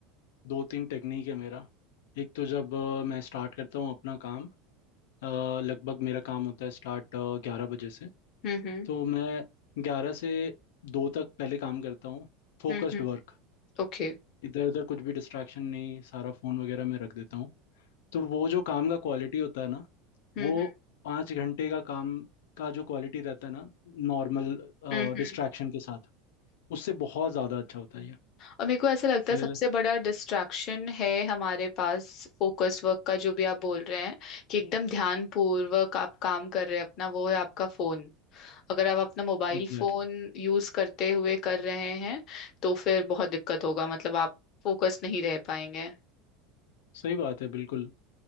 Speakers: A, on the left (about 85°); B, on the left (about 35°).
A: दो तीन टेक्निक है मेरा एक तो जब अ, मैं स्टार्ट करता हूँ अपना काम अ, लगभग मेरा काम होता है स्टार्ट ग्यारह बजे से
B: हम्म
A: तो मैं ग्यारह से दो तक पहले काम करता हूँ फोकस्ड
B: Hmm hmm
A: वर्क
B: Okay
A: इधर उधर कुछ भी डिस्ट्रैक्शन नहीं सारा फ़ोन वगैरह मैं रख देता हूँ तो वो जो काम का क्वालिटी होता है ना
B: Hmm
A: वो
B: okay, हम्म
A: पाँच घंटे का काम का जो क्वालिटी रहता है ना नॉर्मल
B: हम्म हम्म।
A: डिस्ट्रैक्शन के साथ उससे बहुत ज़्यादा अच्छा होता है ये
B: और मेरे को ऐसा लगता
A: फिर
B: है सबसे बड़ा डिस्ट्रैक्शन है हमारे पास फोकस वर्क का जो भी आप बोल रहे हैं कि एकदम ध्यान पूर्वक आप काम कर रहे हैं अपना वो है आपका फोन अगर आप अपना मोबाइल
A: एग्जैक्टली
B: फोन
A: exactly.
B: यूज करते हुए कर रहे हैं तो फिर बहुत दिक्कत होगा मतलब आप फोकस नहीं रह पाएंगे
A: सही बात है बिल्कुल